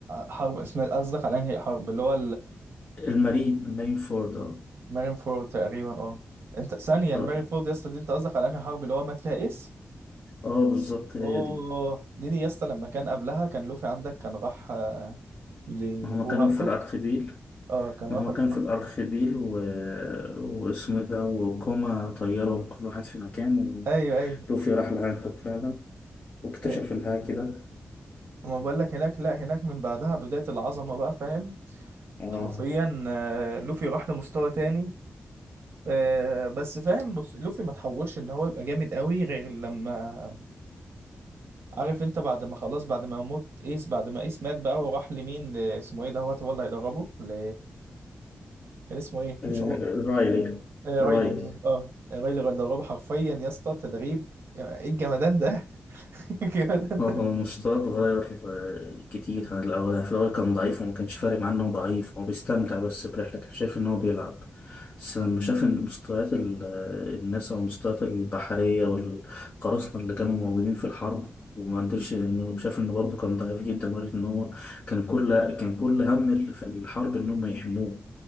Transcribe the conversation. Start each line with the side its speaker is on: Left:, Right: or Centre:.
Right: حرب اسمها قصدك على انهي حرب اللي هو
Left: المارين المارين فورد آه.
Right: المارين فورد تقريبا اه انت ثانية المارين
Left: آه.
Right: فورد يا اسطى دي انت قصدك على انهي حرب اللي هو مات فيها ايس
Left: اه بالظبط هي
Right: اوه
Left: دي
Right: دي دي يا اسطى لما كان قبلها كان لوفي عندك كان راح آه، لبو
Left: ما هما كانوا
Right: هانكوك
Left: في الأرخبيل
Right: اه كان
Left: ما
Right: راح
Left: هما
Right: لبو
Left: كانوا في
Right: هانكوك
Left: الأرخبيل و... واسمه إيه ده وكوما طيرهم كل واحد في مكان
Right: ايوه ايوه
Left: ولوفي راح لهانكوك فعلا واكتشف
Right: إيه،
Left: الهاكي ده
Right: ما بقول لك هناك لا هناك من بعدها بداية العظمة بقى فاهم
Left: اه
Right: حرفيا آه، لوفي راح لمستوى تاني آه، بس فاهم بص لوفي ما تحولش ان هو يبقى جامد قوي غير لما عارف انت بعد ما خلاص بعد ما موت ايس بعد ما ايس مات بقى وراح لمين ل- اسمه ايه دوت هو اللي هيدربه ل... كان اسمه ايه
Left: آه،
Right: مش رو...
Left: رايلي
Right: آه رايلي
Left: رايلي
Right: بالظبط. اه رايلي اللي هيدربه حرفيا يا اسطى تدريب ايه الجمدان ده <laughs> الجمدان
Left: هو
Right: ده
Left: هو مستواه اتغير آه، كتير عن الأول يعني في الأول كان ضعيف وما كانش فارق معاه إنه ضعيف هو بيستمتع بس برحلة كان شايف إن هو بيلعب بس لما شاف إن مستويات ال- آه، الناس أو المستويات البحرية والقراصنة اللي كانوا موجودين في الحرب وما قدرش إنه شاف إنه برضه كان ضعيف جدا لدرجة إن هو كان كل كان كل هم اللي في الحرب إن هم يحموه